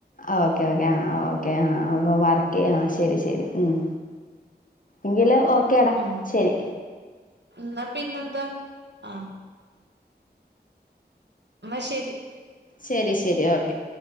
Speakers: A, on the left; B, on the right.
A: ഓക്കേ ഓക്കേ ആ ഓക്കെ ആഹ അ വർക്ക് ചെയ്യാം ശരി ശരി ഉം എങ്കില് ഓ കേടാ
B: ഉം
A: ശരി
B: എന്നാ പിന്നെ എന്താ ആ എന്ന ശെരി
A: ശരി ശരി ഓക്കെ